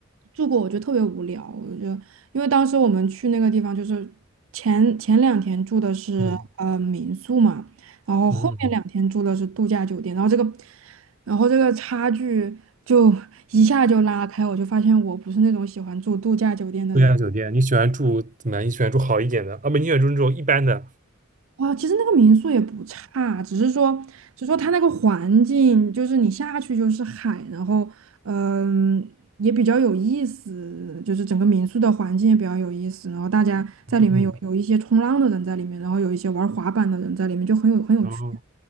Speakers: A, on the right; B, on the right.
A: 住过，我觉得特别无聊。我就因为当时我们去那个地方，就是前前两天住的是呃民宿嘛，
B: 嗯
A: 然后后面两天住的是度假酒店，
B: 嗯。
A: 然后这个然后这个差距就一下就拉开，我就发现我不是那种喜欢住度假酒店的人。
B: 度假酒店，你喜欢住怎么样？你喜欢住好一点的，啊不，你喜欢住那种一般的，
A: 哇，其实那个民宿也不差，只是说，只是说它那个环境，就是你下去就是海，然后，嗯，也比较有意思，就是整个民宿的环境也比较有意思，然后大家在里面有有一些冲浪的人在里面，
B: 嗯，
A: 然后有一些玩滑板的人在里面，就很有很有趣。
B: 然后